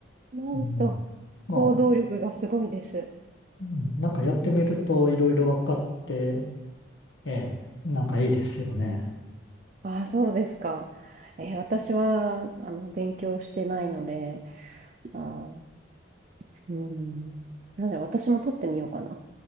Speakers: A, on the right; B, on the left.
A: なんと、
B: うん、まあ、
A: 行動力がすごいです。
B: うんなんかやってみるといろいろ分かって、ええ、なんかいいですよね。
A: ああ、そうですか。えー私は、あの、勉強してないので、あー、うん。なんじゃ、私も取ってみようかな。